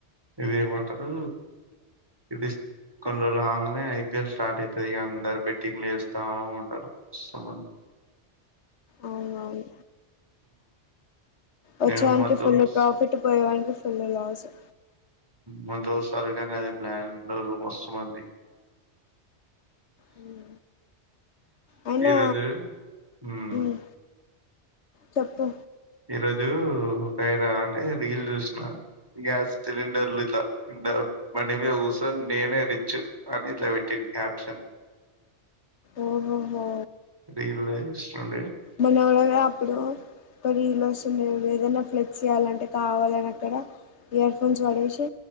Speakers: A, on the right (about 20°); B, on the left (about 75°).
A: ఇదేమంటరూ ఇది కొన్ని రోజులు హంగానే ఐపిఎల్ స్టార్ట్ అవుతుంది ఇక అందరు బెట్టింగ్లు యేస్తా ఉంటారు మంది
B: అవునవును వచ్చేవానికి
A: మేము మా దోస్
B: ఫుల్ ప్రాఫిట్ పోయేవా అప్పుల్లిగాల్సో
A: మందు సరైనంగాద ప్లానింగున్నారు <inaudible> మస్తుమంది
B: ఉమ్ అయినా
A: ఈరోజు హ్మ్
B: ఉమ్ చెప్పు
A: ఈ రోజు ఉపైరా అంటే రీల్ చూసిన గ్యాస్ సిలిండర్లు ఇట్ల ఇ బండిమీద కూస్ సో నేనే రిచ్ అని ఇట్ల పెట్టిన్ క్యాప్షన్
B: ఓహోహో
A: రీల్ లో చూస్తుండే
B: మనవడేడు అప్పుడు ఓ రీలో డు ఏదైనా ఫ్లెక్స్ చేయ్యాలంటే కావాలనక్కడ ఇయర్ ఫోన్స్ పడేసి